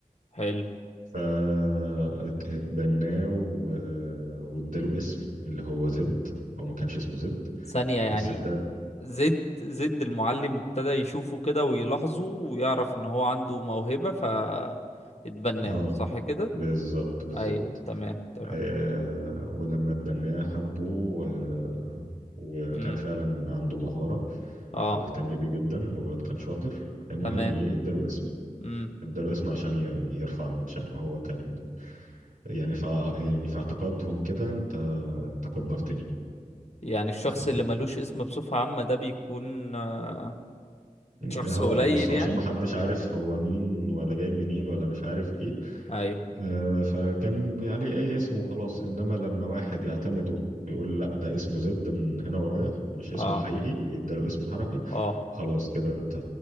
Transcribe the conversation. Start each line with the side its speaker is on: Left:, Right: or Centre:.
Left: حلو
Right: فاتبناه و- واداله اسم اللي هو زد هو ما كانش اسمه زد
Left: ثانية يعني
Right: بس ادال
Left: زد زد المعلم ابتدى يشوفه كده ويلاحظه ويعرف ان هو عنده موهبة ف اتبناه
Right: اه
Left: صح كده
Right: بالظبط بالظبط
Left: اي تمام تمام
Right: آه ولما اتبناه حبه آه وكان
Left: امم
Right: فعلا عنده مهارة
Left: اه
Right: واهتم بيه جدا والواد كان شاطر المهم
Left: تمام
Right: ايه اداله اسم
Left: امم
Right: اداله اسم عشان ي- يرفع من شأنه هو كان يعني ف يعني في اعتقادهم كده انت انت كبرتني
Left: يعني الشخص
Right: تمام
Left: اللي ملوش اسم بصفة عامة ده بيكون آه، شخص
Right: هو
Left: شخص قليل
Right: بص عشان
Left: يعني
Right: محدش عارف هو مين ولا جاي منين ولا مش عارف ايه
Left: اي
Right: آه، فكان بي- عليه اي اسم وخلاص انما لما واحد يعتمده ويقول لا ده اسمه زد من هنا ورايح مش اسمه
Left: اه
Right: الحقيقي اداله اسم حركي
Left: اه
Right: خلاص كده انت